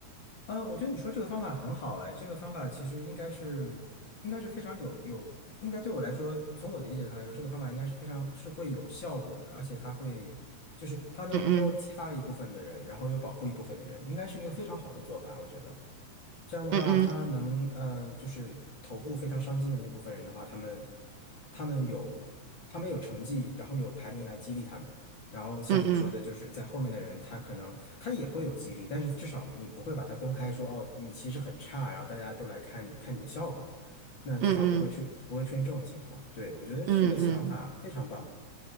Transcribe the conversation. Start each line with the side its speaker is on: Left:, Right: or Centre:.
Left: 啊，我觉得你说这个方法很好哎，这个方法其实应该是应该是非常有有，应该对我来说，从我的理解上来说，这个方法应该是非常是会有效果的，而且它会就是它能够激发一部分的人，
Right: 嗯
Left: 然后又保护一部分的人，应该是一个非常好的做法，我觉得。这样的话，
Right: 嗯嗯
Left: 他能嗯、呃就是头部非常上进的那部分人的话，他们他们有他们有成绩，然后有排名来激励他们。然后像你说的，
Right: 嗯嗯嗯
Left: 就是在后面的人，他可能他也会有激励，但是至少你不会把它公开说，哦，你其实很差，然后大家都来看看你的笑话，那至少不会出不会出现这种情况。
Right: 嗯
Left: 对，我觉得这个想法非常棒。
Right: 嗯嗯，嗯